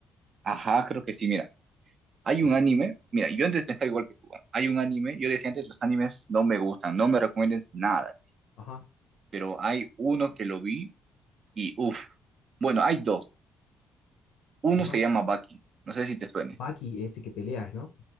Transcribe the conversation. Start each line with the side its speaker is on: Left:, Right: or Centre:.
Right: Ajá, creo que sí, mira. Hay
Left: Ah,
Right: un anime, mira, yo antes pensaba igual que tú. ¿ah? Hay un anime, yo decía antes, los animes no me gustan, no me recomiendan nada.
Left: ajá,
Right: Pero hay uno que lo vi Y uff, bueno, hay dos. Uno
Left: ajá.
Right: se llama Bucky, no sé si te suene.
Left: Baki, ese que peleas, ¿no?